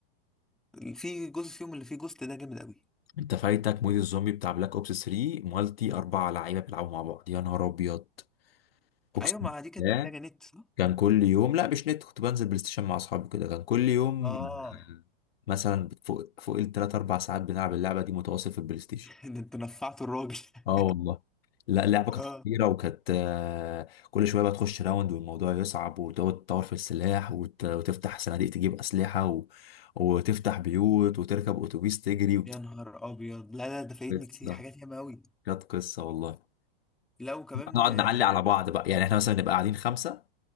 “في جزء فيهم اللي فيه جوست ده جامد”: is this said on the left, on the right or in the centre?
Centre